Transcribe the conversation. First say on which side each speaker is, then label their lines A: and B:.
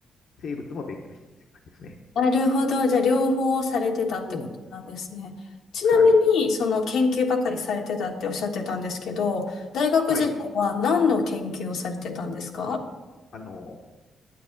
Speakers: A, on the left; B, on the left.
A: 生物も勉強したみたいな感じですね。
B: なるほど。じゃあ、両方されてたってことなんですね。
A: うん。
B: ちなみに、
A: はい。
B: その研究ばかりされてたっておっしゃってたんですけど、大学時代は何の研究をされてたんですか
A: はい。あの、